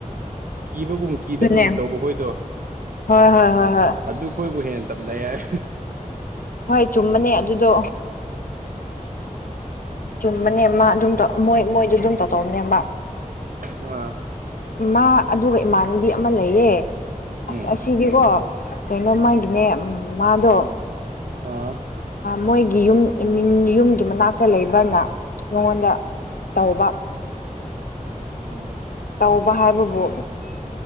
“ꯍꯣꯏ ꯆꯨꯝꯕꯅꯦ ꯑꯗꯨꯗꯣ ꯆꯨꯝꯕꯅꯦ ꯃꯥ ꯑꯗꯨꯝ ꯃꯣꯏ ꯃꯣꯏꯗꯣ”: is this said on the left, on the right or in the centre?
Left